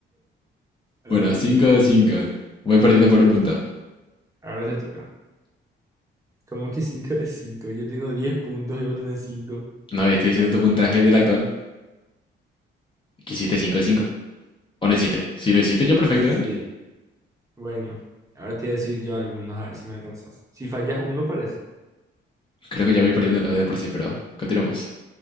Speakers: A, on the right (about 15°); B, on the left (about 25°).
A: Ok.
B: Bueno, 5, de 5. Voy perdiendo
A: Dale,
B: por un
A: ahora
B: punto.
A: te, ahora te toca. ¿Cómo que cinco de cinco. Yo tengo 10 puntos y vos tenés cinco.
B: No, estoy diciendo tu puntaje del actual. Que hiciste 5 de cinco? ¿O no hiciste? Si lo hiciste, yo perfecto,
A: Sí,
B: ¿eh?
A: Bueno, ahora te voy a decir yo algunos, a ver si me alcanzas. Si fallas uno, parece.
B: Creo que ya voy perdiendo lo de por sí, pero continuamos.